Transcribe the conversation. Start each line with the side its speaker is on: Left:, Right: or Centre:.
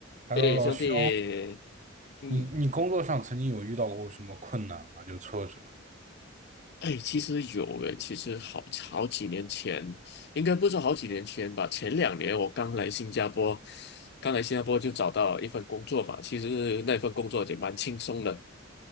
Right: Hello，
Left: 哎，
Right: 老兄，
Left: 兄弟，嗯，
Right: 你你工作上曾经有遇到过什么困难吗？就挫折？
Left: 哎，其实有诶，其实好好几年前，应该不是好几年前吧，前两年我刚来新加坡，刚来新加坡就找到一份工作嘛，其实那份工作也蛮轻松的，